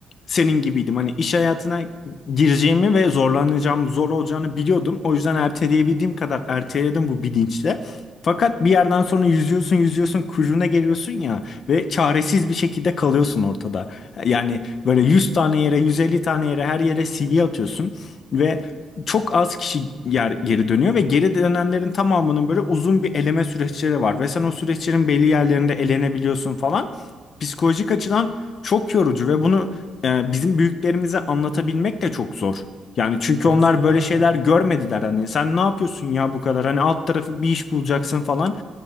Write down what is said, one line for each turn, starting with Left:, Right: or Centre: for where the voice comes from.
Left: senin gibiydim. Hani iş hayatına gireceğimi ve zorlanacağım, zor olacağını biliyordum. O yüzden erteleyebildiğim kadar erteledim bu bilinçle. Fakat bir yerden sonra yüzüyorsun, yüzüyorsun, kuyruğuna geliyorsun ya ve çaresiz bir şekilde kalıyorsun ortada. Yani böyle 100 tane yere, 150 tane yere, her yere CV atıyorsun ve çok az kişi yer, geri dönüyor ve geri dönenlerin tamamının böyle uzun bir eleme süreçleri var ve sen o süreçlerin belli yerlerinde elenebiliyorsun falan. Psikolojik açıdan çok yorucu ve bunu e, bizim büyüklerimize anlatabilmek de çok zor. Yani çünkü
Right: Çok
Left: onlar
Right: zor kanka.
Left: böyle şeyler görmediler hani sen ne yapıyorsun ya bu kadar hani alt tarafı bir iş bulacaksın falan